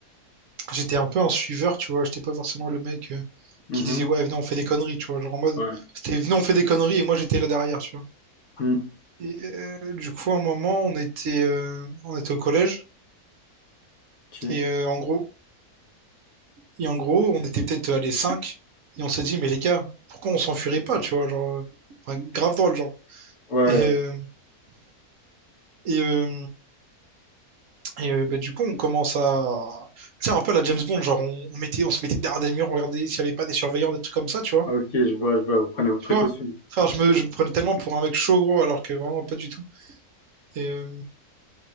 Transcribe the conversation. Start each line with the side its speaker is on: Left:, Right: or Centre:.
Right: j'étais un peu un suiveur, tu vois. J'étais pas forcément le mec euh,
Left: Mhm,
Right: qui disait, ouais, venez, on fait des conneries, tu vois. Genre en mode,
Left: Ouais.
Right: c'était, venez, on fait des conneries, et moi, j'étais là derrière, tu vois.
Left: Mmh.
Right: Et, euh, du coup, à un moment, on était, euh, on était au collège,
Left: OK.
Right: et euh, en gros, et en gros, on était peut-être à les 5 et on s'est dit, mais les gars, pourquoi on s'enfuirait pas, tu vois, genre, euh, enfin, grave drôle, genre.
Left: Ouais,
Right: Et,
Left: ouais.
Right: euh, et, euh, et euh, bah, du coup, on commence à, tu sais, un peu à la James Bond, genre, on, on mettait, on se mettait derrière des murs, on regardait s'il y avait pas des surveillants, des trucs comme ça, tu vois.
Left: Ah OK, je vois, je vois, vous prenez vos
Right: Tu
Left: précautions.
Right: vois? Enfin, je me, je me prenais tellement pour un mec chaud, gros, alors que vraiment pas du tout. Et, euh,